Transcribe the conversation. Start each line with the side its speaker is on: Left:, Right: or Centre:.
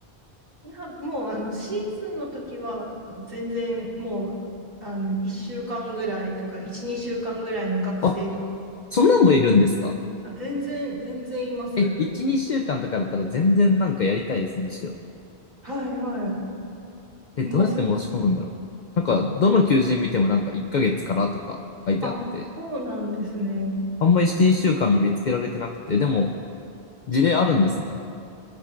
Right: いや、もうあのシーズンの時は全然もうあの1週間ぐらいとか、1、2週間ぐらいの学生とか、
Left: あ、そんなんもいるんですか
Right: あ全然、全然います。
Left: え、1、2週間とかだったら全然なんかやりたいですね、むしろ。
Right: はいはい。
Left: え、
Right: います、
Left: どうやって申し込むんだろう。
Right: います。
Left: なんか、どの求人見てもなんか1ヶ月からとか書いてあって、
Right: あ、そうなんですね。
Left: あんまり1、2週間の見つけられてなくて、でも、事例あるんですね。